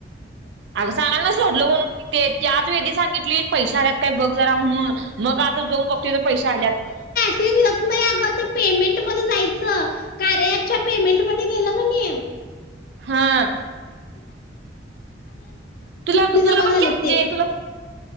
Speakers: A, on the right; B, on the left.
A: अग सांगाय ना सोडललं म्हणून मी ते त्या आज वेधी सांगितली पैशा काही बघ जरा म्हणून मग आता दोन बाघती पैसे आल्यात
B: चेंज येत नाही अगं ते पेमेंट मध्ये जायचं कार पच्या पेमेंट मध्ये गेलं का ने
A: हा तुला
B: हल्ली
A: तुला
B: जमा
A: बघकी
B: झालेत
A: आणजे
B: ते
A: तुला